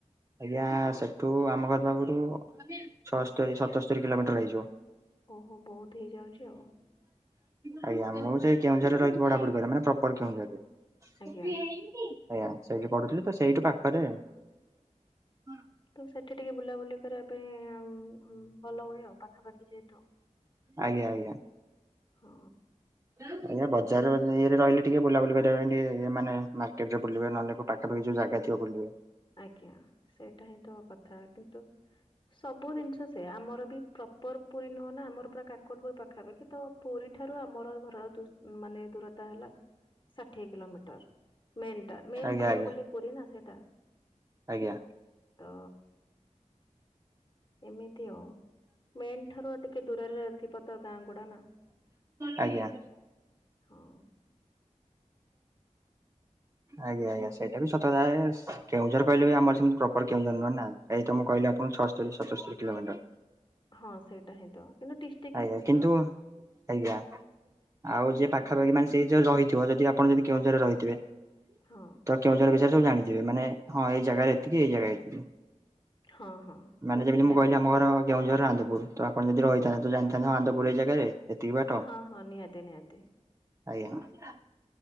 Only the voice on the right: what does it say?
ଆଜ୍ଞା ସେଠୁ ଆମ ଘର ପାଖରୁ ଛଅସ୍ତରୀ ସତସ୍ତରୀ କିଲୋମିଟର ହେଇଯିବ।
ଆଜ୍ଞା ମୁଁ ସେଇ କେଉଁଝରରେ ରହିକି ପଢାପଢି କରେ ମାନେ ପ୍ରପର କେଉଁଝରରେ।
ଆଜ୍ଞା ସେଇଠି ପଢୁଥିଲି ତ ସେଇଠୁ ପାଖରେ। ହଁ
ଆଜ୍ଞା ଆଜ୍ଞା।
ଆଜ୍ଞା ବଜାର ଇଏରେ ରହିଲେ ଟିକେ ବୁଲାବୁଲି କରିବା ପାଇଁ ମାନେ ମାର୍କେଟ ରେ ବୁଲିବେ ନହେଲେ ପା ଯୋଉ ଜାଗା ଥିବ ବୁଲିବେ।
ଆଜ୍ଞା
ଆଜ୍ଞା
ଆଜ୍ଞା।
ଆଜ୍ଞା। ଆଜ୍ଞା
ଆଜ୍ଞା
ସେଇ ଏ ବି ସତତା କେଉଁଝର କହିଲେ ବି ଆମର ସେମିତି ପ୍ରପର କେଉଁଝର ନୁହେଁ ନା ଏଇ ତମ କହିଲେ ଆପଣ ଛସ୍ତରି ପଚସ୍ତରୀ କିଲୋମଟର।
ଆଜ୍ଞା କିନ୍ତୁ ଆଜ୍ଞା ଆଉ ଯିଏ ପାଖାପାଖି
ମାନେ ସେ ଯଉ ରହିିବ ଯଦି ଆପଣ ଯଦି କେଉଁଝରରେ ରହିଥିବେ
ତ କେଉଁଝୋର ବିଷୟରେ ସବୁ ଜାଣିଥିବେ ମାନେ ହଁ ଏଇ ଜାଗାରେ ଏତିକି ଏଇ ଜାଗାରେ ଏତିକି।
ମାନେ
ଯେମିତି
ମୁଁ କହିଲି ଆମ ଘର କେଉଁଝର ଆନ୍ଦପୁର ତ ଆପଣ ଯଦି ରହିଥାନ୍ତେ ତ ଜାଣିଥାନ୍ତେ ଆନ୍ଦପୁର ଏଇ ଜାଗାରେ ଏତିକି ବାଟ
ଆଜ୍ଞା।